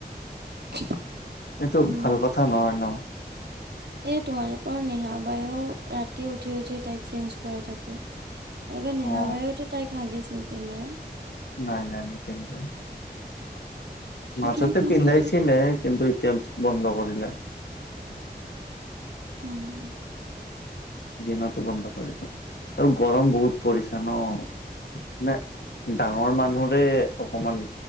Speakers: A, on the right; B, on the left.
A: <unintelligible>
B: এইটো
A: উম
B: ভাল কথা নহয় ন।
A: এই তোমালোকৰ নিহা বায়ো ৰাতি উঠি উঠি তাইক চেঞ্জ কৰাই থাকে। তাকে, নিহাবায়েতো
B: অ
A: তাইক হাগিচ নিপিন্ধাই।
B: নাই নাই, নিপিন্ধায়।
A: সেইটোৱে
B: মাজতে
A: কৈছো
B: পিন্ধাইছিলে, কিন্তু এতিয়া বন্ধ কৰিলে।
A: উম্।
B: দিনতো বন্ধ কৰিছে। আৰু গৰম বহুত পৰিছ ন। মানে- ডাঙৰ মানুহৰে অকমান